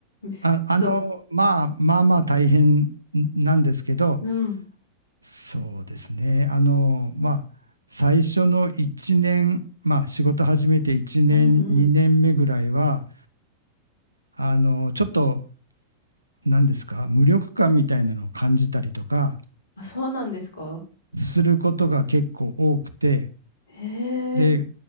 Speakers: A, on the left; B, on the right.
A: <laughs>
B: あ、あの、
A: そう、
B: まあまあまあ大変なんですけど、
A: うん、
B: そうですね。あの、まあ、最初の1年、まあ、仕事始めて1年、
A: うん、
B: 2年目ぐらいは、
A: うん。
B: あの、ちょっと何ですか、無力感みたいなのを感じたりとか
A: あ、そうなんですか。
B: することが結構多くて、
A: へえ、
B: で、